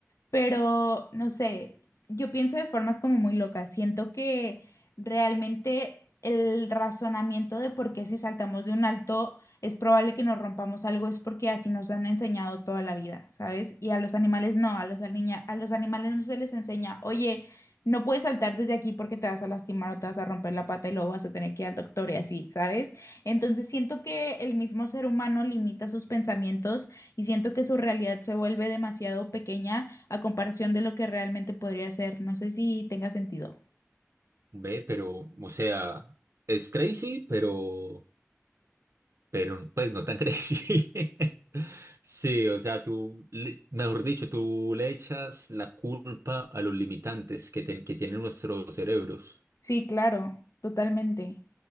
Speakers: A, on the left; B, on the right.
A: pero, no sé, yo pienso de formas como muy locas. Siento que realmente el razonamiento de por qué si saltamos de un alto es probable que nos rompamos algo es porque así nos han enseñado toda la vida, ¿sabes? Y a los animales no, a los, aliña- a los animales no se les enseña, oye, no puedes saltar desde aquí porque te vas a lastimar o te vas a romper la pata y luego vas a tener que ir al doctor y así, ¿sabes? Entonces siento que el mismo ser humano limita sus pensamientos y siento que su realidad se vuelve demasiado pequeña a comparación de lo que realmente podría ser. No sé si tenga sentido.
B: Ve, pero, o sea, es crazy, pero, pero, pues no tan crazy. <laughs> Sí, o sea, tú, le- mejor dicho, tú le echas la culpa a los limitantes que, ten- que tienen nuestros cerebros.
A: Sí, claro, totalmente.